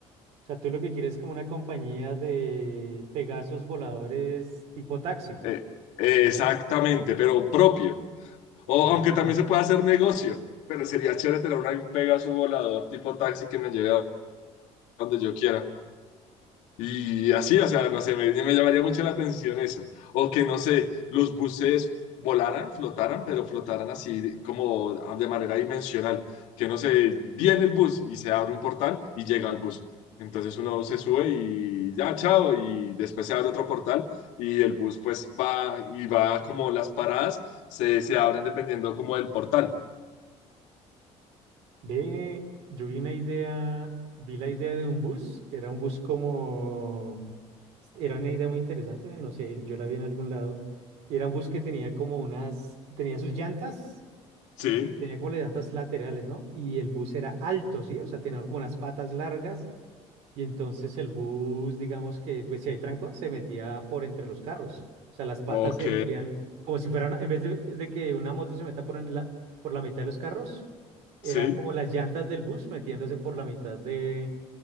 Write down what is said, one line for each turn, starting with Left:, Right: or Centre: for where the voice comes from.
Right: O sea, tú lo que quieres es como una compañía de Pegasos voladores tipo taxi.
Left: Eh, eh, exactamente, pero propio. O
Right: Ah,
Left: aunque también
Right: ya.
Left: se puede hacer negocio, pero sería chévere tener un, un Pegasus volador tipo taxi que me lleve a donde yo quiera. Y así, o sea, no sé, me, me llamaría mucho la atención eso. O que, no sé, los buses volaran, flotaran, pero flotaran así como ah, de manera dimensional. Que, no sé, viene el bus y se abre un portal y llega al bus. Entonces uno se sube y ya, chao, y después se abre otro portal y el bus pues va y va como las paradas se, se abren dependiendo como del portal.
Right: Ve, yo vi una idea, vi la idea de un bus, era un bus como, era una idea muy interesante, no sé, yo la vi en algún lado, y era un bus que tenía como unas, tenía sus llantas, eh,
Left: Sí,
Right: tenía como las llantas laterales, ¿no? Y el bus era alto, ¿sí? O sea, tenía como unas patas largas Y entonces el bus, digamos que, pues si hay trancón, se metía por entre los carros. O sea, las patas
Left: ok,
Right: se metían como si fueran, en vez de, de que una moto se meta por, en la, por la mitad de los carros, eran
Left: sí.
Right: como las llantas del bus metiéndose por la mitad de,